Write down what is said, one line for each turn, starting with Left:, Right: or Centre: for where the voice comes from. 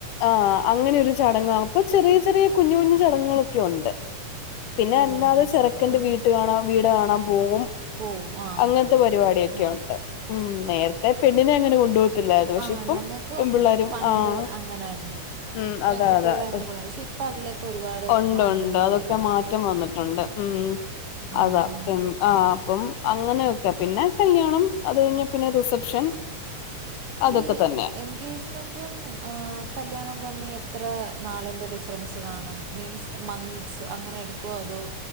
Left: ആഹ് അങ്ങനെ ഒരു ചടങ്ങ്. ആഹ് അപ്പ ചെറിയ ചെറിയ കുഞ്ഞുകുഞ്ഞു ചടങ്ങുകളൊക്കെയുണ്ട്. പിന്നെ
Right: ഓ
Left: അല്ലാതെ
Right: മനസ്സിലായി
Left: ചെറുക്കന്റെ
Right: ആ
Left: വീട്ട് കാണാ വീട് കാണാൻ പൂവ്വും
Right: പോവും ആ
Left: അങ്ങനത്തെ
Right: ഓക്കെ ഓക്കെ
Left: പരിപാടിയോക്കെയുണ്ട്.
Right: ഓക്കെ ആ
Left: നേരത്തെ പെണ്ണിനെ അങ്ങനെ കൊണ്ടപോ ത്തില്ലായ്രുന്നു. പക്ഷേ
Right: ആ
Left: ഇപ്പം
Right: ഞങ്ങൾക്കും
Left: പെമ്പിള്ളേരും.
Right: പണ്ട്
Left: ആഹ്
Right: അങ്ങനായിരുന്നു
Left: ഉം
Right: പെൺകുട്ടികളെ
Left: അതെ അതെ.
Right: അങ്ങനെ കൊണ്ടുവന്നു പക്ഷെ ഇപ്പം അതിലൊക്കെ ഒരുപാട്
Left: ഒണ്ട്
Right: മാറ്റങ്ങൾ
Left: ഒണ്ട് അതൊക്കെ
Right: വരുന്നുണ്ട്
Left: മാറ്റം വന്നിട്ടൊണ്ട്. ഉം
Right: ആ
Left: അതാ
Right: ഹാ
Left: പി ആഹ് ഇപ്പം അങ്ങനെയൊക്കെ. പിന്നെ കല്യാണം. അത് കഴിഞ്ഞാ പിന്നെ റിസപ്ഷൻ. അതൊക്കെ
Right: ഈ
Left: തന്നെ
Right: എങ്ങ് എൻഗേജ്മെൻറ്റും ഏഹ് കല്യാണവും തമ്മി എത്ര നാളിൻ്റെ ഡിഫറൻസ് കാണും? മീൻസ് മന്ത്സ് അങ്ങനെ എടുക്ക്വോ അതോ?